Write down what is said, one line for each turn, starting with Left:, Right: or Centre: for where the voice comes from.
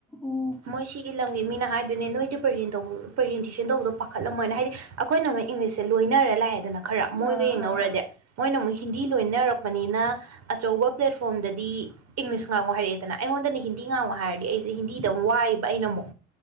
Centre: ꯎꯝ
Right: ꯃꯣꯏ ꯁꯤꯒꯤ ꯂꯝꯒꯤ ꯃꯤꯅ ꯍꯥꯏꯗꯣꯏꯅꯦ ꯅꯣꯏꯗꯤ ꯄ꯭ꯔꯖꯦꯟ ꯄ꯭ꯔꯖꯦꯟꯇꯦꯁꯟ ꯇꯧꯕꯗꯣ ꯄꯥꯈꯠꯂꯝꯣꯏꯅ ꯍꯥꯏꯗꯤ ꯑꯩꯈꯣꯏꯅꯃꯨꯛ ꯏꯪꯂꯤꯁꯦ ꯂꯣꯏꯅꯔ ꯂꯥꯛꯑꯦꯅ ꯈꯔ ꯃꯣꯏꯒ
Centre: ꯑꯥ
Right: ꯌꯦꯡꯅꯧꯔꯗꯤ
Centre: ꯑꯥ ꯑꯥ
Right: ꯃꯣꯏꯅ ꯑꯃꯨꯛ ꯍꯤꯟꯗꯤ ꯂꯣꯏꯅꯔꯛꯄꯅꯤ ꯅ ꯑꯆꯧꯕ ꯄ꯭ꯂꯦꯠꯐꯣꯔꯝꯗꯗꯤ ꯏꯪꯂꯤꯁ ꯉꯥꯡꯉꯣ ꯍꯥꯏꯔꯛꯑꯦꯗꯅ ꯑꯩꯉꯣꯟꯗꯅ ꯍꯤꯟꯗꯤ ꯉꯥꯡꯉꯣ ꯍꯥꯏꯔꯗꯤ ꯑꯩꯁꯦ ꯍꯤꯟꯗꯤꯗ ꯑꯃꯨꯛ ꯋꯥꯏꯕ ꯑꯩꯅ ꯑꯃꯨꯛ